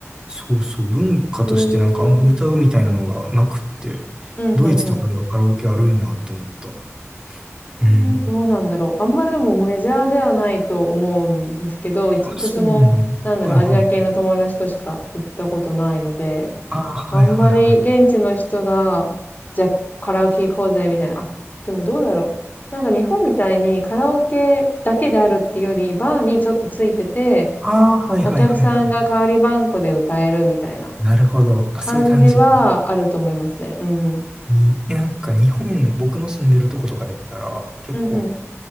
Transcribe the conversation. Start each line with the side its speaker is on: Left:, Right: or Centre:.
Right: そうそう、文化としてなんかあんま歌うみたいなのがなくって、
Left: へえ。うんうんうん。
Right: ドイツとかではカラオケあるんやって思った。うん。
Left: ねどうなんだろう。あんまりでもメジャーではないと思うんですけど、いつ、
Right: あ、
Left: 私も、
Right: そうなの。
Left: なんだろう、
Right: はいはい。
Left: アジア系の友達としか行ったことないので、
Right: ああ、
Left: あんまり現地の人が、
Right: はいはいはい。
Left: じゃあカラオケ行こうぜみたいな。あ、でもどうだろう。なんか日本みたいにカラオケだけであるっていうより、バーにちょっとついてて、
Right: ああ、はいはいはいはい。
Left: お客さんが代わりばんこで歌えるみたいな
Right: なるほど。あ、
Left: 感じはあると思いますね。
Right: そういう感じか。
Left: うんうん。
Right: にえ、なんか日本、僕の住んでるとことかやったら、結構、
Left: うん